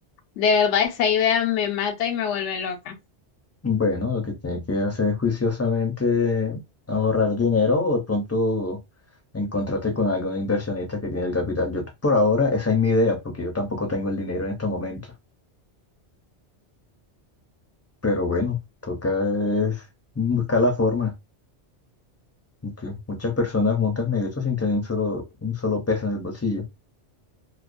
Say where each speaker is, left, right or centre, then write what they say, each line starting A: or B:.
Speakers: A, on the left (about 80°); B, on the left (about 20°).
A: De verdad, esa idea me mata y me vuelve loca.
B: Bueno, lo que tiene que hacer es juiciosamente ahorrar dinero o de pronto encontrarte con algún inversionista que tiene el capital. Yo por ahora esa es mi idea, porque yo tampoco tengo el dinero en estos momentos. Pero bueno, toca es buscar la forma, porque muchas personas montan negocios sin tener un solo, un solo peso en el bolsillo.